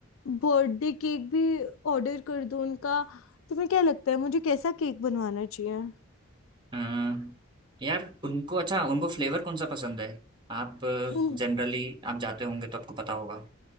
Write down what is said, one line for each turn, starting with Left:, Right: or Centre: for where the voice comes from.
Left: बर्थडे केक भी ऑर्डर कर दूं उनका तुम्हें क्या लगता है मुझे कैसा केक बनवाना चाहिए
Right: अम्म, यार उनको अच्छा उनको फ्लेवर कौन सा पसंद है आप
Left: उन
Right: जनरली आप जाते होंगे तो आपको पता होगा